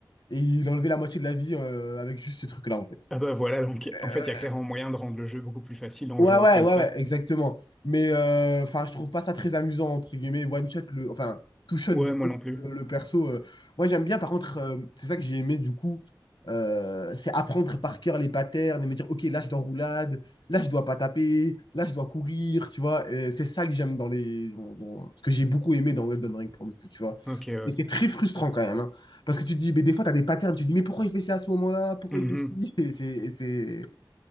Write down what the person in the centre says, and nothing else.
Ah bah voilà, donc
en fait, il y a clairement moyen de rendre le jeu beaucoup plus facile en
jouant
comme
ça.
Ouais,
moi
non plus.
Ok, ouais.
Mhm.